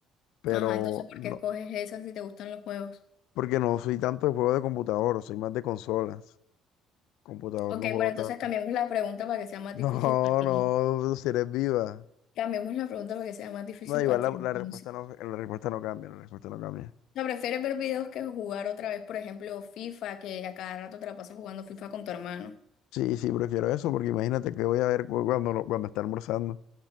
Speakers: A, on the left; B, on the left.
A: Pero
B: Ajá, entonces, ¿por
A: no,
B: qué escoges esa si te gustan los juegos?
A: porque no soy tanto de juegos de computador, soy más de consolas. Computador
B: Ok,
A: no juego
B: bueno, entonces
A: tanto.
B: cambiamos
A: <laughs>
B: la pregunta para que sea más
A: No,
B: difícil para ti.
A: no, si eres viva.
B: Cambiamos la pregunta para que sea más difícil
A: No, igual
B: para ti,
A: la,
B: entonces.
A: la respuesta no, la respuesta no cambia, la respuesta no cambia.
B: O sea, ¿prefieres ver videos que jugar otra vez, por ejemplo, FIFA, que a cada rato te la pasas jugando FIFA con tu hermano?
A: Sí, sí, prefiero eso, porque imagínate que voy a ver cu- cuando, no- cuando está almorzando.